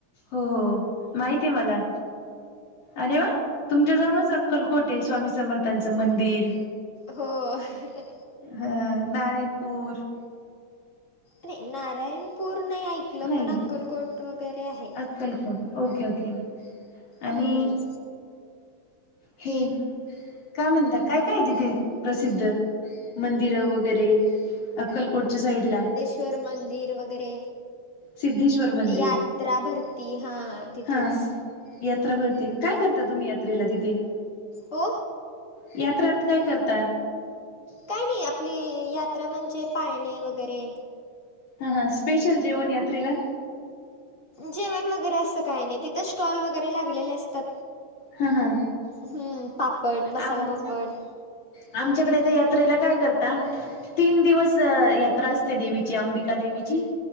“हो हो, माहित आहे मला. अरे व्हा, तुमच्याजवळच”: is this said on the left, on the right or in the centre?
Left